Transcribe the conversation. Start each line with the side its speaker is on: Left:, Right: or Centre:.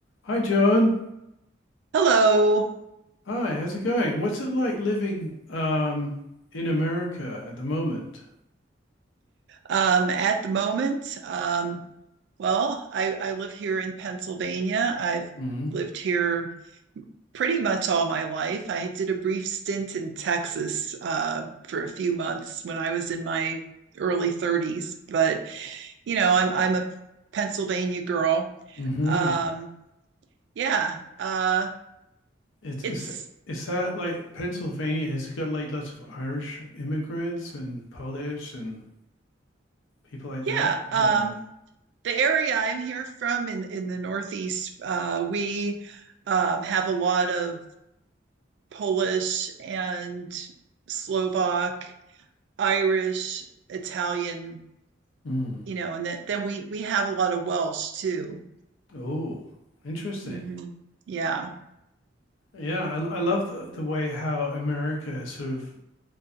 Left: Hi, John.
Right: Hello.
Left: Hi, how's it going? What's it like living um in America at the moment?
Right: Um, at the moment, um, well, I, I live here in Pennsylvania. I've
Left: Mm-hmm.
Right: lived here pretty much all my life. I did a brief stint in Texas uh, for a few months when I was in my early 30s, but you know, I'm I'm a Pennsylvania girl.
Left: Mm-hmm.
Right: Um, yeah, uh,
Left: It's is
Right: it's
Left: is that like Pennsylvania? Has it got like lots of Irish immigrants and Polish and people like
Right: yeah.
Left: that?
Right: Um,
Left: Yeah.
Right: the area I'm here from in in the Northeast, uh, we um, have a lot of Polish and Slovak, Irish, Italian,
Left: Mm.
Right: you know, and that, then we we have a lot of Welsh too.
Left: Oh, interesting.
Right: hmm Yeah,
Left: Yeah, I I love the the way how America sort of